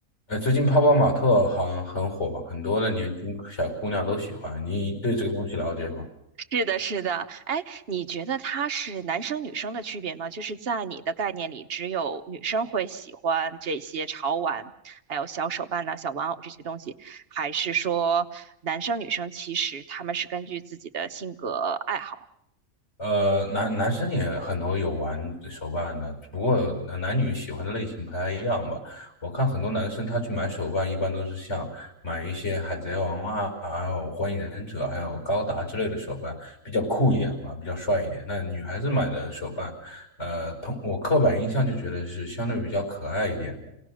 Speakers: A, on the left (about 60°); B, on the right (about 50°).
A: 呃，最近泡泡玛特好像很火，很多的年轻小姑娘都喜欢。你对这个东西了解吗？
B: 是的，是的，哎，你觉得它是男生女生的区别吗？就是在你的概念里，只有女生会喜欢这些潮玩，还有小手办呐、小玩偶这些东西，还是说男生女生其实他们是根据自己的性格爱好？
A: 呃，男男生也很多有玩手办的，不过呃男女喜欢的类型不太一样吧。我看很多男生他去买手办，一般都是像买一些海贼王啊，还有火影忍者，还有高达之类的手办，比较酷一点嘛，比较帅一点。那女孩子买的手办，呃，通我刻板印象就觉得是相对比较可爱一点的。